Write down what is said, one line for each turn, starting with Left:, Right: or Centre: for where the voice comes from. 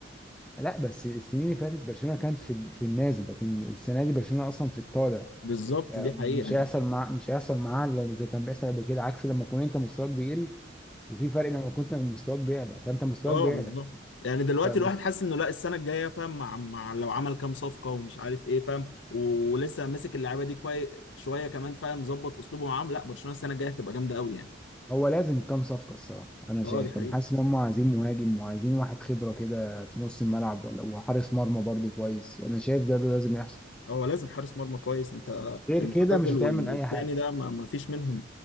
Centre: لا بس السنين اللي فاتت برشلونه كانت في في النازل لكن السنه دي برشلونه اصلا في الطالع
Left: بالظبط دي
Centre: مش
Left: حقيقه
Centre: هيحصل
Left: يعني
Centre: مع مش هيحصل معاها إلا زي كان بيحصل قبل كده عكس لما تكون انت مستواك بيقل وفي فرق لما كنت مستواك بيعلى فانت مستواك
Left: اه
Centre: بيعلى
Left: بالظبط يعني دلوقتي
Centre: فمست...
Left: الواحد حاسس انه لا السنه الجايه فاهم مع, مع لو عمل كام صفقه ومش عارف ايه فاهم و- ولسه ماسك اللعيبه دي كويس شويه كمان فاهم ظبط اسلوبه معاهم لا برشلونه السنه الجايه هتبقى جامده قوي يعني
Centre: هو لازم كام صفقه الصراحه انا شايف
Left: اه دي حقيقه
Centre: انا حاسس ان هم عايزين مهاجم وعايزين واحد خبره كده في نص الملعب ولا وحارس مرمى برضو كويس انا شايف ده لازم يحصل
Left: هو لازم حارس مرمى كويس انت
Centre: غير
Left: المعتزل
Centre: كده مش هتعمل
Left: والتاني
Centre: اي حاجه
Left: ده ما ما فيش منهم